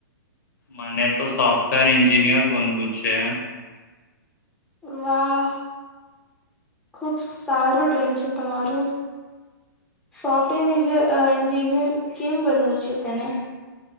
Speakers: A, on the left; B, in the centre.
A: મને તો સોફ્ટવેર એન્જિનિયર બનવું છે.
B: વાહ, ખુબ સારું ડ્રીમ છે તમારું, સોફ્ટેર એન્જી અ એન્જિનિયર કેમ બનવું છે તને?